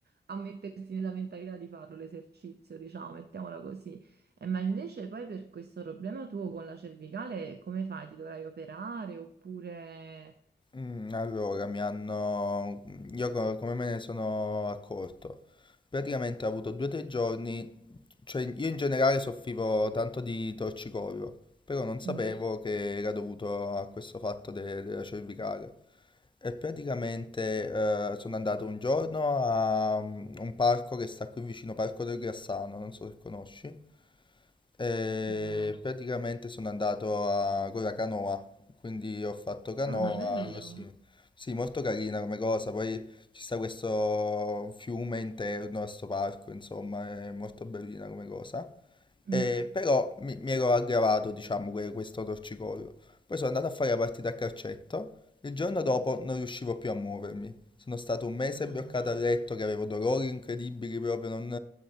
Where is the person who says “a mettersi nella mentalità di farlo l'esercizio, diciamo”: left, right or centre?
Right